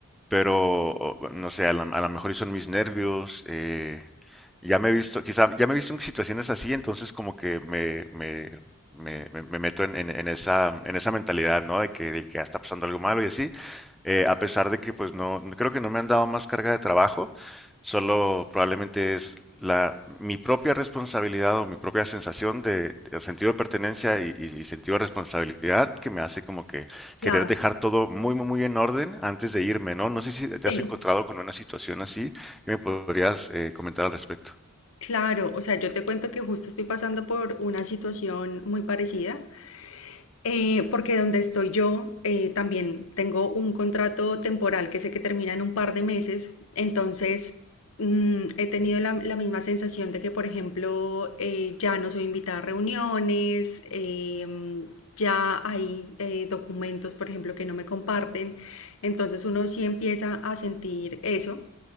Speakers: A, in the centre; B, on the left (about 65°).
A: pero o- no sé, a la- a lo mejor y son mis nervios, eh, ya me he visto, quizá ya me he visto en situaciones así, entonces como que me, me, me, me- me meto en, en- en esa, en esa mentalidad, ¿no? De que, de que "Ah, está pasando algo malo y así, eh, a pesar de que pues no, no- creo que no me han dado más carga de trabajo, solo probablemente es la, mi propia responsabilidad o mi propia sensación de, de sentido de pertenencia y, y- y sentido de responsabilidad que me hace como que
B: Claro,
A: querer dejar todo muy, muy, muy en orden antes de irme, ¿no? No sé si te
B: sí.
A: has encontrado con una situación así. ¿Qué me podrías eh, comentar al respecto?
B: Claro, o sea, yo te cuento que justo estoy pasando por una situación muy parecida. Eh, porque donde estoy yo eh, también tengo un contrato temporal que sé que termina en un par de meses, entonces mm, he tenido la, la misma sensación de que, por ejemplo, eh, ya no soy invitada a reuniones, eh, mm, ya hay eh, documentos, por ejemplo, que no me comparten, entonces uno sí empieza a sentir eso,